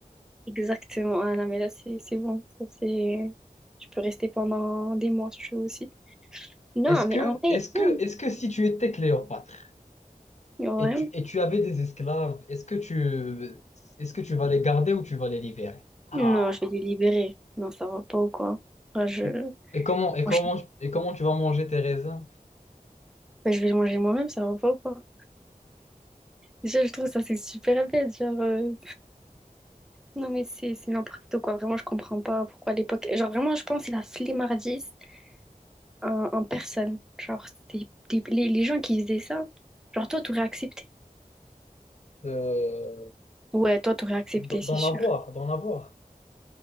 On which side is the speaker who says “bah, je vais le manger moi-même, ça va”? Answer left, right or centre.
Centre